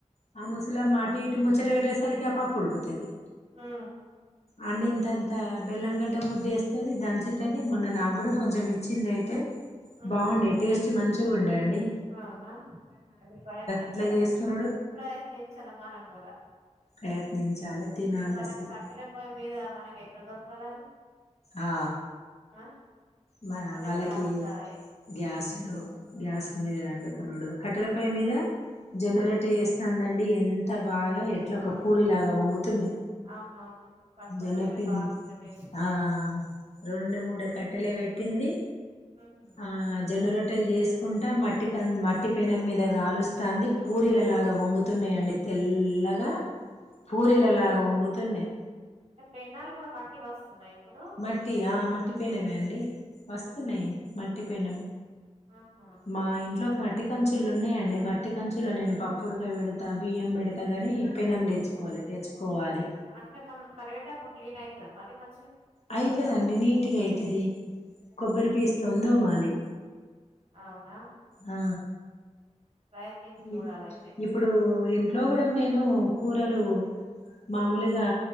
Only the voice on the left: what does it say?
ఆ
ముసలమ్మ అటు ఇటు ము పచ్చట పెట్టేసరికి పాప పుడుకుతుది
అందింత బ బెల్లంగడ్డ ముద్దేస్తది, దంచుతది మొన్న నాకు కూడా కొంచెం ఇచ్చిండే అయితే
బాగుండే టేస్ట్ మంచి చూ ఉండేయండి
ఇట్లా చేసుకునుడు
ప్రయత్నించాలి తినాలి
అసలు
ఆ
మా
వాళ్ళకి
గ్యాస్లు గ్యా అసలు మీద అండుకున్నాడు కట్టెలపై మీద జొన్నరట వేస్తుాందండి ఎంత బాగా ఎట్లా ఒక
పూరిలాగా వంగుతున్నాయి
జన్నపిం
ఆ రెండు మూడ కట్ టెలా పెట్టింది
ఆ జోనురోట్ రోట్టెలు చేసుకుంట మట్టి క మట్టి పెనెం మీదగాలుస్తంది పూరీలలాగా పాన్గుతున్నాయండి తెల్లగ పూరిలలా పొంగు తన్నయి
మట్ట ఆ మట్టి పెనేమే అండి మస్త్
ఉన్నాయ్ మట్టి పెనుం
మా ఇంట్లోకి మట్ మట్టి కంచులు ఉన్నాయండి మట్టి కంచుల్లో నేను పప్పుడక బెడతా బియ్యం పెడతా కానీ పెనం తెచ్చుకోలేదు
తెచ్చుకోవాలి
అయితదండి నీటి గయితది కొబ్బరి పీస్తోన్
తోమాలి
ఆ
ఇ ఇప్పుడు ఇన్ ఇంట్లో కూడా నేను కూరలు మామూలుగా